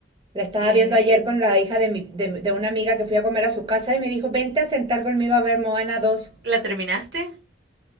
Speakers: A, on the right; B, on the right.
A: La estaba
B: eh,
A: viendo ayer con la hija de, mi, de, de una amiga que fui a comer a su casa y me dijo, vente a sentar conmigo a ver Moana dos
B: ¿la terminaste?